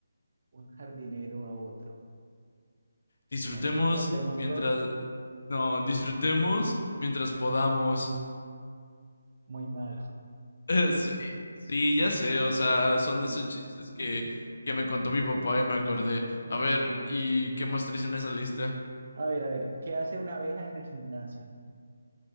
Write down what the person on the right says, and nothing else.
Un jardinero a otro.
No sé, cortemos
flores.
Muy malo.
<laughs>
Mm,
mm.
A ver, a ver, ¿qué hace una abeja en el gimnasio?